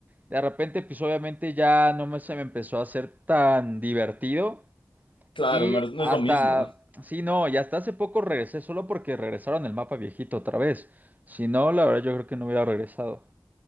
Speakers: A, on the right; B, on the left.
A: De repente, pues obviamente ya no me, se me empezó a hacer tan divertido.
B: Claro,
A: Y
B: no es, no
A: hasta,
B: es lo mismo.
A: sí, no, y hasta hace poco regresé solo porque regresaron el mapa viejito otra vez. Si no, la verdad yo creo que no hubiera regresado.